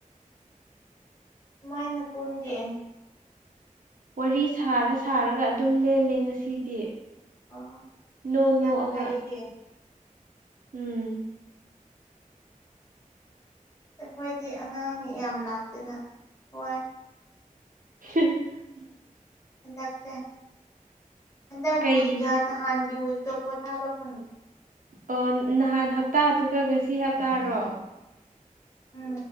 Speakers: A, on the left; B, on the right.
A: ꯃꯥꯏ ꯄꯨꯟꯒꯦ
B: ꯋꯥꯔꯤ ꯁꯥꯔ ꯁꯥꯔꯒ ꯑꯗꯨꯝ ꯂꯦꯜꯂꯦ ꯉꯁꯤꯗꯤ
A: ꯑꯣ
B: ꯅꯣꯛ ꯅꯣꯛꯑꯒ
A: ꯌꯥꯝ ꯐꯩꯌꯦ
B: ꯎꯝ
A: ꯑꯩꯈꯣꯏꯒꯤ ꯑꯉꯥꯡꯅꯤ ꯌꯥꯝ ꯂꯥꯛꯇꯅ ꯍꯣꯏ
B: <unintelligible>
A: ꯍꯟꯗꯛꯁꯦ ꯍꯟꯗꯛ
B: ꯀꯩꯒꯤꯅꯣ
A: ꯋꯤꯛꯀ ꯅꯍꯥꯟꯒꯤ ꯋꯤꯛ ꯄꯣꯊꯥꯕ ꯐꯪꯗꯦ
B: ꯑꯣ ꯅꯍꯥꯟ ꯍꯞꯇꯥꯗꯨꯒ ꯉꯁꯤ ꯍꯞꯇꯥꯔꯣ
A: ꯎꯝ